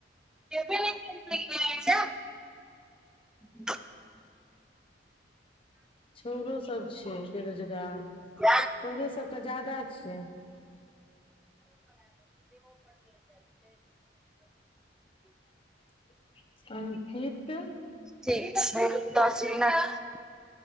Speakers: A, in the centre; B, on the left.
A: <unintelligible>
B: छोरो सब छै बेरोजगार
A: क <unintelligible>
B: तोरे सबसे तऽ जादा छियै <unintelligible> अन फीट
A: ठीक दस मिन <unintelligible>